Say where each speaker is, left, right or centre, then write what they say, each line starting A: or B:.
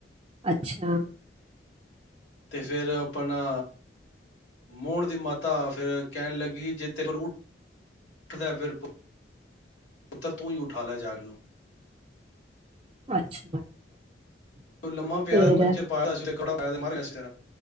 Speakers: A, on the right; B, on the left.
A: ਅੱਛਾ।
B: ਤੇ ਫੇਰ ਆਪਣਾ ਮੋਹਣ ਦੀ ਮਾਤਾ ਫ਼ੇਰ ਕਹਿਣ ਲੱਗੀ ਜੇ ਤੇਰੇ ਕੋਲ <unintelligible> ਪੁੱਤਰ ਤੂੰ ਹੀ ਉਠਾ ਲੈ ਜਾ ਕੇ ਓਹਨੂੰ।
A: ਅੱਛਾ।
B: ਲੰਮਾ ਪਿਆ
A: ਫੇਰ
B: ਮੰਜੇ ਪਾਇਆ ਦਾ ਸੀ ਉੱਤੇ ਕੜਾ ਪਾਇਆ ਦਾਸੀ